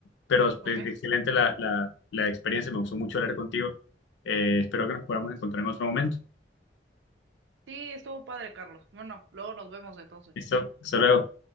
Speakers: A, on the left (about 90°); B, on the right (about 80°).
A: pero es-
B: Ok.
A: excelente la, la- la experiencia, me gustó mucho hablar contigo. Eh, espero que nos podamos encontrar en otro momento.
B: Sí, estuvo padre, Carlos. Bueno, luego nos vemos entonces.
A: Listo, hasta luego.